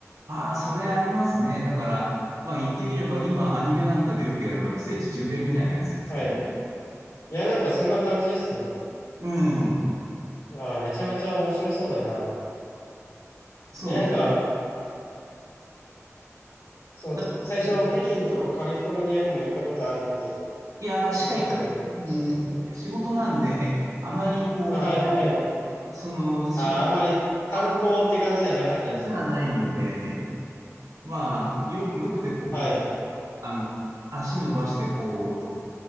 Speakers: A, on the right; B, on the left.
A: ああ、それありますね。だから、まあ言ってみれば、今アニメなんかでよくやるあの、聖地巡礼みたいなやつですよね。
B: はい。いや、なんかそんな感じですね。
A: うん。
B: いやー、めちゃめちゃ面白そうだな。
A: そ
B: え、なんか、その、
A: う。だから、
B: 最初、北京とカリフォルニアにも行ったことあるって
A: いや、しか言った、
B: おっしゃってましたけど。
A: うん、仕事なんで、あまりこ
B: あ、はいはいはい。
A: う、その、仕事、
B: あー、あんまり観光って感じじゃなかったんですね。
A: あんまりじゃないので、まあ、よ、よくてこう、
B: はい、
A: あの、足伸ばしてこう、